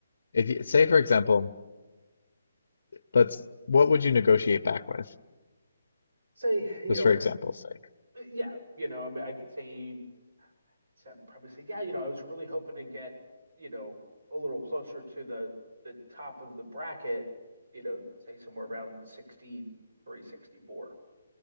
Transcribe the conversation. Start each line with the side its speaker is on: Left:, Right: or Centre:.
Left: if you say, for example, let's what would you negotiate back with?
Right: say, you
Left: Just
Right: know,
Left: for example's sake.
Right: yeah, you know, I mean, I could say, I'd probably say, yeah, you know, I was really hoping to get, you know, a little closer to the the top of the bracket, you know, say somewhere around 63, 64.